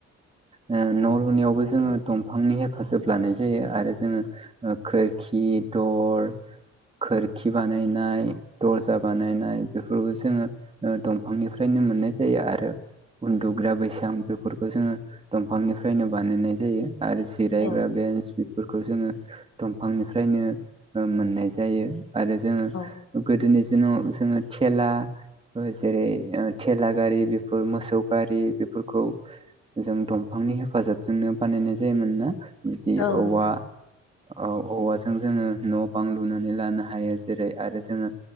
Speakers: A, on the right (about 20°); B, on the left (about 55°).
A: ओ न' लुनायावबो जोङो दंफांनि हेफाजाब लानाय जायो। आरो जोङो खोरखि दर खोरखि बानायनाय दर्जा बानायनाय बेफोरखौ जोङो। ओ दंफांनिफ्रायनो मोननाय जायो। आरो उन्दुग्रा बैस सां बेफोरखौ जोङो दंफांनिफ्रायनो बानायनाय जायो आरो जिरायग्रा
B: औ
A: बेन्स बेफोरखौ जोङो दंफांनिफ्रायनो मोननाय जायो। आरो जोङो
B: औ
A: गोदोनि दिनाव जोङो थेला जेरै, थेला गारि, बेफोर मोसौ गारि, बेफोरखौ जों दंफांनि हेफाजाबजोंनो बानायनाय जायोमोन ना। बिदि
B: औ
A: औवा
B: नोंथां
A: औ औवाजों जोङो न' बां लुनानै लानो हायो। जेरै आरो जोङो